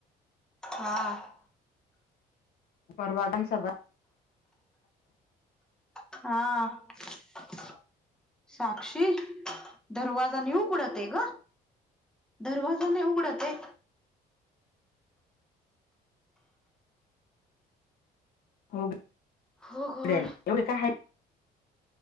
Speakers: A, in the centre; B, on the left.
A: हा...
B: परवाकम सभा....
A: हा... साक्षी दरवाजा नाही उघडत आहे ग! दरवाजा नाही उघडत आहे...
B: हो...
A: ओ
B: गडेल
A: गॉड
B: एवढे काय आहय?